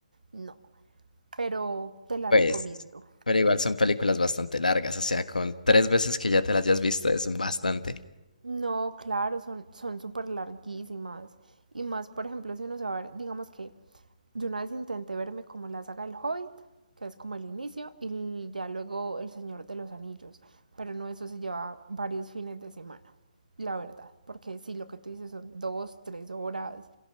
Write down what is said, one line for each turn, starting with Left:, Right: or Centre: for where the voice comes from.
Right: No, pero te la
Left: Pues,
Right: recomiendo.
Left: pero igual son películas bastante largas, o sea, con tres veces que ya te las hayas visto es bastante.
Right: No, claro, son son súper larguísimas. Y más, por ejemplo, si uno se va a ver, digamos que yo una vez intenté verme como la saga del Hobbit, que es como el inicio, y l- ya luego El Señor de los Anillos. Pero no, eso se lleva varios fines de semana, la verdad. Porque si lo que tú dices son dos, tres horas